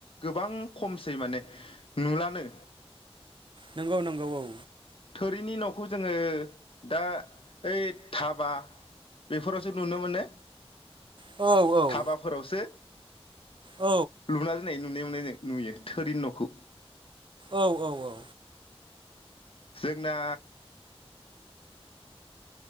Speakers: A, on the left; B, on the right.
A: गोबां खमसै माने नुलानो
B: नोंगौ नोंगौ औ
A: थोरिनि नखौ जोङो दा ओइ धाबा बेफोरावसो नुनो मोनो
B: औ औ
A: धाबाफोरावसो
B: औ
A: लुना दोननाय नुनो नुयो नुयो थोरिन नखौ
B: औ औ औ
A: जोंना